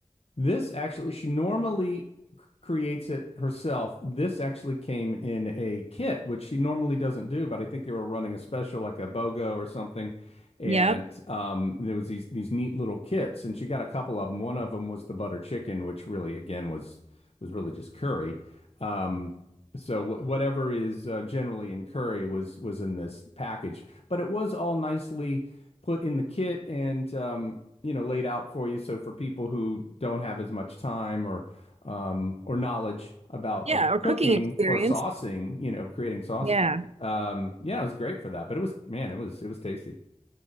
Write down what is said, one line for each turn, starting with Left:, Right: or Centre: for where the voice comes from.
Left: This actually, she normally c- creates it herself. This actually came in a kit, which she normally doesn't do, but I think they were running a special like a BOGO or something. And
Right: Yep.
Left: um, there was these these neat little kits, and she got a couple of them. One of them was the butter chicken, which really, again, was was really just curry. Um, so whatever is uh, generally in curry was was in this package, but it was all nicely put in the kit and um, you know laid out for you. So for people who don't have as much time or um, or knowledge about
Right: Yeah,
Left: uh,
Right: or
Left: cooking
Right: cooking experience.
Left: or saucing, you know, creating sauces,
Right: Yeah.
Left: um, yeah, it was great for that. But it was man, it was it was tasty.